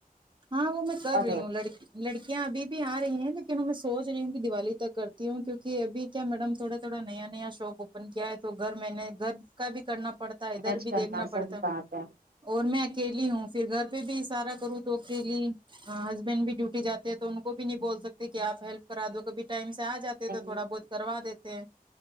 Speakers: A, on the right; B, on the right.
A: ہاں وہ میں کر
B: اور
A: رہی ہوں لڑکی لڑکیاں ابھی بھی آ رہی ہیں لیکن میں سوچ رہی ہوں کہ دیوالی تک کرتی ہوں کیونکہ ابھی کیا میڈم تھوڑا تھوڑا نیا نیا شاپ اوپن کیا ہے تو گھر میں نے گھر گھرکا بھی کرنا پڑتا
B: مینج
A: ہے ادھر بھی
B: کرنا
A: دیکھنا پڑتا
B: صحیح
A: ہے
B: بات
A: اور میں اکیلی ہوں پھر گھر پہ بھی سارا کروں کے لیے ہسبینڈ بھی ڈیوٹی جاتے ہیں تو ان کو بھی نہیں بول سکتے کہ آپ ہیلپ کرا دو کبھی ٹائم سے آ جاتے
B: نہیں
A: تو تھوڑا بہت کروا دیتے ہیں